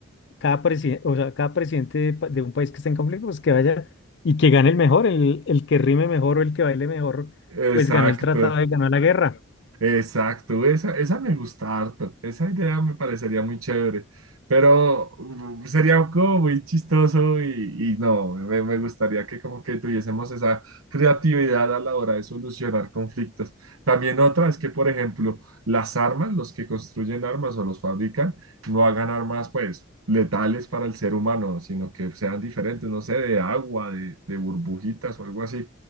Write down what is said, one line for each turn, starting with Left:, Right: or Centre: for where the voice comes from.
Left: cada presidente, o sea, cada presidente de, pa- de un país que está en conflicto, pues que vaya y que gane el mejor, el, el que rime mejor o el que baile mejor,
Right: Exacto.
Left: pues ganó el tratado y ganó la guerra.
Right: Exacto, esa, esa me gusta harto, esa idea me parecería muy chévere, pero mm, mm, sería como muy chistoso y, y no, me, me gustaría que como que tuviésemos esa creatividad a la hora de solucionar conflictos. También otra es que, por ejemplo, las armas, los que construyen armas o los fabrican, no hagan armas pues letales para el ser humano, sino que sean diferentes, no sé, de agua, de, de burbujitas o algo así